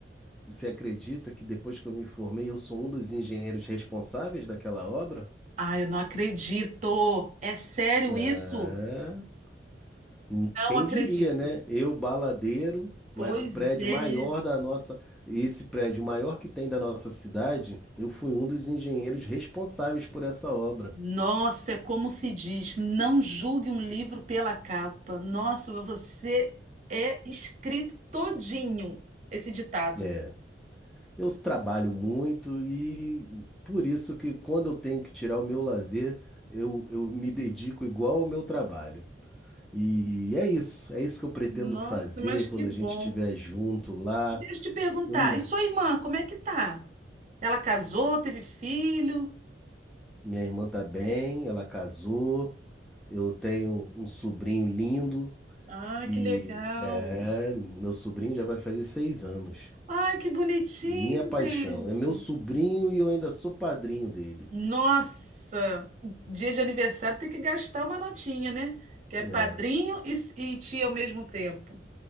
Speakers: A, in the centre; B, on the right.
A: Você acredita que depois que eu me formei, eu sou um dos engenheiros responsáveis daquela obra?
B: Ai, eu não acredito. É sério
A: É.
B: isso?
A: hum,
B: Não
A: Quem
B: acredito.
A: diria, né? Eu, baladeiro,
B: Pois
A: mas o prédio
B: é.
A: maior da nossa, esse prédio maior que tem da nossa cidade, eu fui um dos engenheiros responsáveis por essa obra.
B: Nossa, é como se diz, não julgue um livro pela capa. Nossa, você é escrito todinho esse ditado.
A: É. Eu trabalho muito e por isso que quando eu tenho que tirar o meu lazer, eu, eu me dedico igual ao meu trabalho. E é isso, é isso que eu pretendo
B: Nossa,
A: fazer
B: mas que
A: quando
B: bom.
A: a gente estiver junto lá.
B: Deixa eu te perguntar,
A: Eu não-
B: e sua irmã, como é que tá? Ela casou, teve filho?
A: minha irmã tá bem, ela casou. Eu tenho um sobrinho lindo
B: Ah,
A: que
B: que legal.
A: é, meu sobrinho já vai fazer seis anos.
B: Ai, que bonitinho,
A: Minha paixão,
B: gente.
A: é meu sobrinho e eu ainda sou padrinho dele.
B: Nossa, dia de aniversário tem que gastar uma notinha, né? Que é
A: É,
B: padrinho e, e tia ao mesmo tempo.